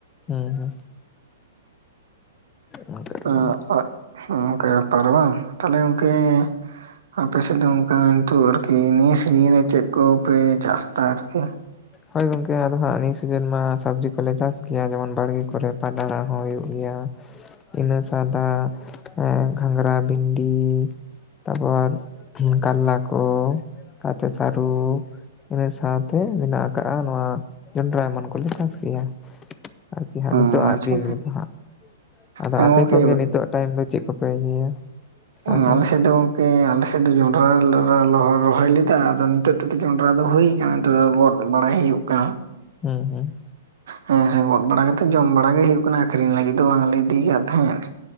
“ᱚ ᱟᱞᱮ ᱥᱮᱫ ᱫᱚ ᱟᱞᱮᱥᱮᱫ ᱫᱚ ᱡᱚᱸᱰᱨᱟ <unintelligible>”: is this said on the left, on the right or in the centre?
Right